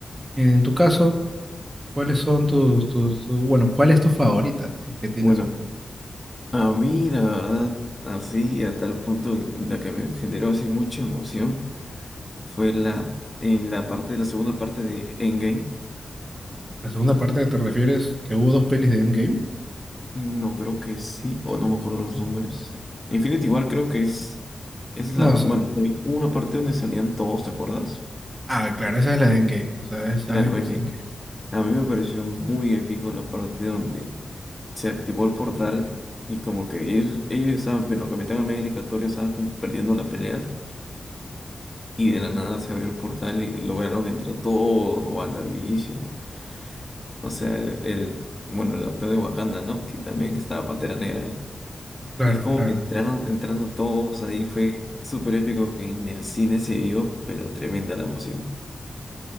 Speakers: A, on the right; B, on the left.
A: En tu caso, ¿cuáles son tus, tus, tu- bueno, cuál es tu favorita, si es que tienes
B: Bueno,
A: una?
B: a mí la verdad, así a tal punto en la que me generó así mucha emoción fue la en la parte de la segunda parte de Endgame.
A: La segunda parte que te refieres, que hubo dos pelis de Endgame.
B: No creo que sí, o no me acuerdo los nombres. Infinity War creo que es es
A: No,
B: la, bueno, hay una parte donde salían todos, ¿te acuerdas?
A: Ah, claro, esa es la de Endgame, o sea, es
B: Claro,
A: Avengers
B: Endgame.
A: Endgame.
B: A mí me pareció muy épico la parte donde se activó el portal y como que ellos, ellos estaban, bueno, Capitán América, Thor ya estaba como perdiendo las peleas y de la nada se abrió el portal y lograron entrar todos, WandaVision, o sea, el, bueno, el actor de Wakanda, ¿no? Que también estaba Pantera Negra ahí.
A: Claro,
B: Y es como
A: claro.
B: que entraron, entrando todos ahí, fue súper épico que en el cine se vio, pero tremenda la emoción.